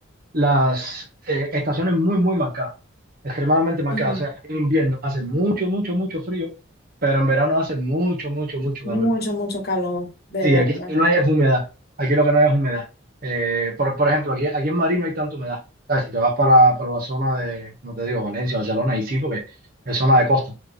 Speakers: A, on the right; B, on the left.
A: las eh, estaciones muy, muy marcadas, extremadamente marcadas.
B: Ujú,
A: O sea, en invierno hace mucho, mucho, mucho frío, pero en verano hace mucho, mucho, mucho
B: Mucho,
A: calor.
B: mucho calor, de
A: Sí,
B: verdad.
A: aquí lo que no hay es humedad. Aquí lo que no hay es humedad. Eh, por, por ejemplo, aquí, aquí en Madrid no hay tanta humedad. ¿Sabes? Si te vas para, para la zona de, no te digo, Valencia, Barcelona, ahí sí, porque es zona de costa.